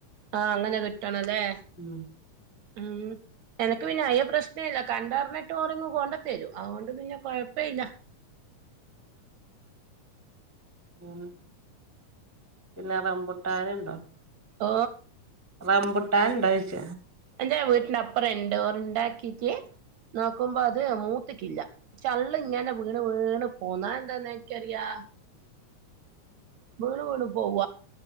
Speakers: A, on the right; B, on the right.
A: ആ അങ്ങനെ കിട്ടണം ലെ
B: ഉം
A: ഉം എനക്ക് പിന്നെ അയ്യ പ്രശ്നം ഇല്ല കണ്ടറിഞ്ഞിട്ട് ഓറിങ്ങു കോണ്ട തരും അതുകോണ്ട് പിന്നെ കോഴപ്പല്ല
B: ഉം പിന്നെ റമ്പുട്ടനുണ്ടോ
A: ഓ
B: റമ്പുട്ടനുണ്ടോ ഇണ്ടാ ചോയ്ച്ച
A: എന്റെ വീട്ടിന്റെ അപ്പറം ഇണ്ട് ഓർ ഇണ്ടാക്കീട്ട് നോക്കുമ്പോ അത് മൂത്തിക്കില്ല ചള്ള് ഇങ്ങനെ വിണ് വീണ് പോന്നാ അഎന്താന്നാ എനിക്കറിയാ വീണ് വീണ് പോവ